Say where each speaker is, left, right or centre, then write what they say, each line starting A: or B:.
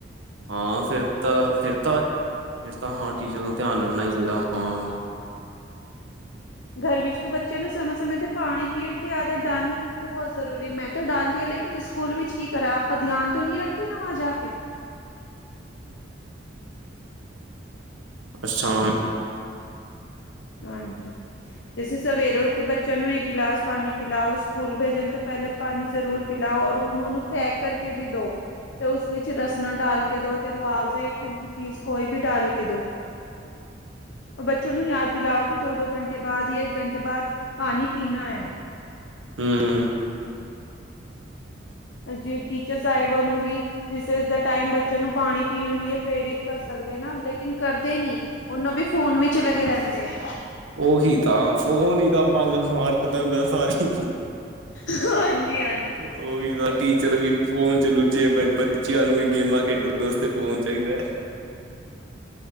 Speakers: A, on the right (about 80°); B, on the left (about 70°).
A: ਹਾ ਫਿਰ ਤਾ ਫਿਰ ਤਾ ਫਿਰ ਤਾ ਹਾ ਟੀਚਰ ਨੂੰ ਧਿਆਨ ਰੱਖਣਾ ਹੀ ਚਾਹੀਦਾ ਹਾ।
B: ਘਰ ਵਿਚ ਤੇ ਬੱਚਿਆਂ ਨੂੰ ਸਮੇਂ-ਸਮੇਂ ਤੇ ਪਾਣੀ ਪੀਣ ਦੀ ਆਦਤ ਡਾਲਣੀ ਵੀ ਬਹੁਤ ਜ਼ਰੂਰੀ ਮੈਂ ਤਾ ਡਾਲਦੀ ਲੇਕਿਨ ਸਕੂਲ ਵਿੱਚ ਕੀ ਕਰਾ ਆਪਾ ਧਿਆਨ ਤੋਂ ਨੀ ਰੱਖਦੇ ਨਾ ਵਾ ਜਾ ਕੇ।
A: ਅੱਛਾ
B: ਹਾਂਜੀ ਜੇਸੇ ਸਵੇਰੇ ਉੱਠ ਕੇ ਬੱਚਿਆ ਨੂੰ ਇੱਕ ਗਿਲਾਸ ਪਾਣੀ ਪਿਲਾਓ ਸਕੂਲ ਭੇਜਣ ਤੋ ਪਹਿਲੇ ਪਾਣੀ ਜ਼ਰੂਰ ਪਿਲਾਓ ਔਰ ਉਹਨੂੰ ਨੂੰ ਪੈਕ ਕਰਕੇ ਵੀ ਦੋ। ਅਤੇ ਉਸ ਵਿੱਚ ਰਸਣਾ ਡਾਲ ਕੇ ਦਿਉ ਤੇ ਰੁਆਵਜ਼ਾ ਜਾਂ ਠੰਡੀ ਚੀਜ਼ ਕੋਈ ਵੀ ਡਾਲ ਕੇ ਦੋ। ਬੱਚੇ ਨੂੰ ਯਾਦ ਦਿਲਾਓ ਕਿ ਦੋ-ਦੋ ਘੰਟੇ ਬਾਅਦ ਜਾਂ ਇੱਕ ਘੰਟੇ ਬਾਅਦ ਪਾਣੀ ਪੀਣਾ ਹੈ।
A: ਹਮ
B: ਜੇ ਟੀਚਰ ਸਾਹਿਬਾਂ ਨੂੰ ਵੀ ਦਿਸ ਇਜ਼ ਦਾ ਟਾਈਮ, ਬੱਚਿਆਂ ਨੂੰ ਪਾਣੀ ਪੀਣ ਲਈ ਪ੍ਰੇਰਿਤ ਕਰ ਸਕਦੇ ਨਾ, ਲੇਕਿਨ ਕਰਦੇ ਨ ਉਹਨੂੰ ਵੀ ਫੋਨ ਵੀ ਚ ਲਗੇ ਰਹਿੰਦੇ ਆ
A: ਔ ਹੀ ਤਾਂ ਫੋਨ ਹੀ ਤਾਂ, ਮੱਲ ਮਾਰ ਦਿੰਦਾ ਸਾਰੀ
B: ਹਾਂਜੀ ਹਾਂਜੀ
A: ਉਹ ਵੀ ਤਾਂ ਟੀਚਰ ਵੀ ਫੋਨ ਚ ਲੁੱਝੇ ਪਏ, ਬੱਚਿਆਂ ਨੂੰ ਵੀ ਗੇਮਾਂ ਖੇਡਣ ਵਾਸਤੇ ਫੋਨ ਚਾਹੀਦਾ ਹੈ